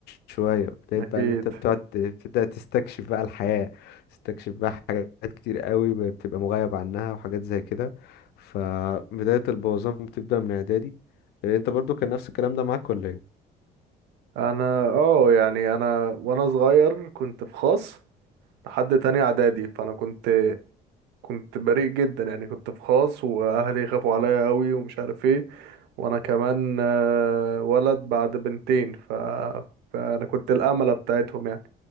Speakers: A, on the left; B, on the right.
A: شوية بداية
B: اكيد
A: بقى اللي انت بتقعد ت- بتبدأ تستكشف بقى الحياة تستكشف بقى حاجات كتير قوي بتبقى مغيب عنها وحاجات زي كده فبداية البوظان بتبدأ من اعدادي إيه، انت برضو كان نفس الكلام ده معاك ولا ايه؟
B: انا اه يعني انا وانا صغير كنت في خاص لحد تاني اعدادي فانا كنت كنت بريء جدا يعني كنت في خاص واهلي خافوا عليا قوي ومش عارف ايه وانا كمان آه، ولد بعد بنتين ف... فانا كنت الامله بتاعتهم يعني